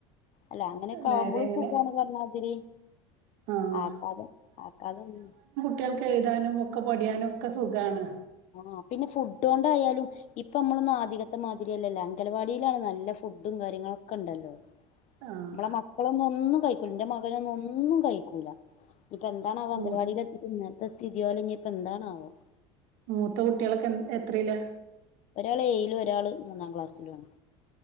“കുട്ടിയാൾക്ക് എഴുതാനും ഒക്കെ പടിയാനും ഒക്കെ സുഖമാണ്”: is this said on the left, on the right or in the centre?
Right